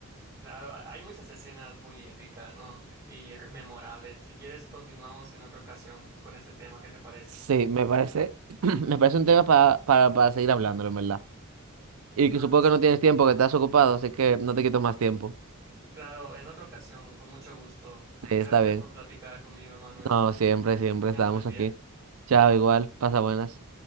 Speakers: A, on the right (about 15°); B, on the right (about 75°).
A: claro, ha- hay muchas escenas muy épicas, ¿no? Y r- memorables. Si quieres, continuamos en otra ocasión con este tema. ¿Qué te parece?
B: Sí, me parece, <clears throat> me parece un tema para, para, para seguir hablándolo, en verdad. Y
A: Claro
B: que supongo
A: que sí.
B: que no tienes tiempo, que estás ocupado, así que no te quito más tiempo.
A: Claro, en otra ocasión, con mucho gusto.
B: Sí,
A: Gracias
B: está bien.
A: por platicar conmigo, Emanuel.
B: No, siempre, siempre
A: Tengas
B: estamos
A: buen día.
B: aquí. Chao, igual, pasa buenas.